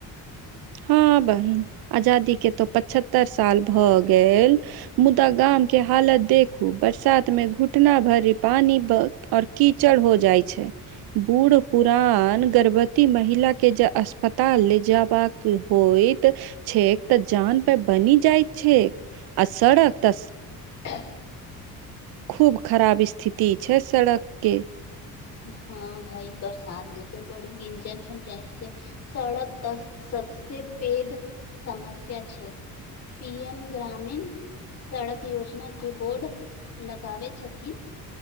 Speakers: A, on the right (about 75°); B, on the left (about 45°).
A: हँ बहिन आजादी के तो पचहत्तर साल भऽ गेल मुदा गाम के हालत देखू बरसात मे घुटना भरि पानी और कीचड़ हो जाइ छै बूढ़ पुरान गर्भवती महिलाके अस्पताल ले जयबाक होयत छैक तऽ जान पे बनि जाइत छै आ सड़क त
B: <unintelligible>
A: खूब खराब स्थिति छै सड़कके
B: हँ भाइ बरसात में तो बड़ी गञजन हो जाइसे सड़क तऽ सबसे पेघ समस्या छै पी एम ग्रामीण सड़क योजना के बोर्ड लगाबै छथिन